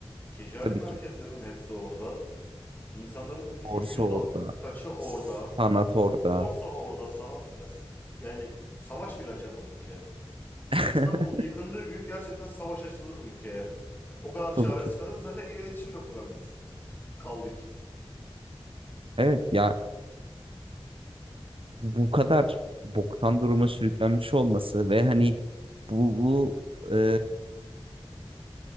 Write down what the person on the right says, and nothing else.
Tabii
ki
borsa
orada.
Sanat orada.
<laughs>
Tabii
ki.
Evet ya bu bu kadar boktan duruma sürüklenmiş olması ve hani bu, bu e,